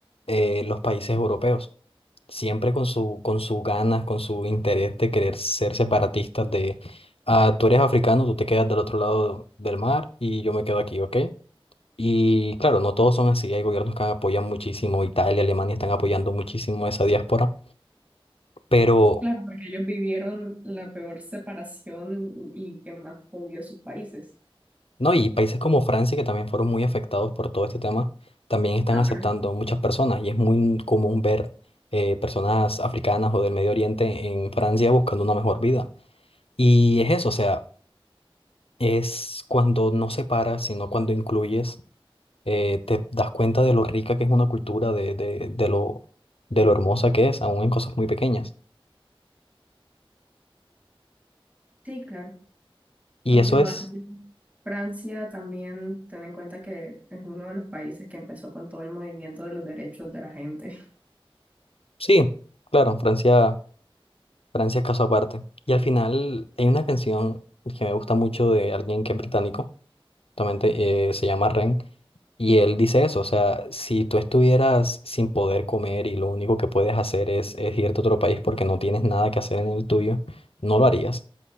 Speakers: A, on the left; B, on the right.
A: eh, los países europeos. Siempre con su, con sus ganas, con su interés de querer ser separatistas de, ah, tú eres africano, tú te quedas del otro lado del mar y yo me quedo aquí, ¿ok? Y claro, no todos son así. Hay gobiernos que apoyan muchísimo, Italia, Alemania están apoyando muchísimo esa diáspora, pero...
B: Claro, porque ellos vivieron la peor separación y que más hundió sus países.
A: No, y países como Francia, que también fueron muy afectados por todo este tema, también están
B: Ah,
A: aceptando
B: pero
A: muchas personas y es muy común ver eh, personas africanas o del Medio Oriente en Francia buscando una mejor vida. Y es eso, o sea, es cuando no separas, sino cuando incluyes, eh, te das cuenta de lo rica que es una cultura, de, de, de lo, de lo hermosa que es, aún en cosas muy pequeñas.
B: sí, claro.
A: Y
B: Aunque
A: eso
B: igual
A: es,
B: Francia también, ten en cuenta que es uno de los países que empezó con todo el movimiento de los derechos de la gente. <laughs>
A: sí, claro, Francia. Francia es caso aparte. Y al final hay una canción que me gusta mucho de alguien que es británico, justamente eh, se llama Ren, y él dice eso, o sea, si tú estuvieras sin poder comer y lo único que puedes hacer es, es irte a otro país porque no tienes nada que hacer en el tuyo, no lo harías.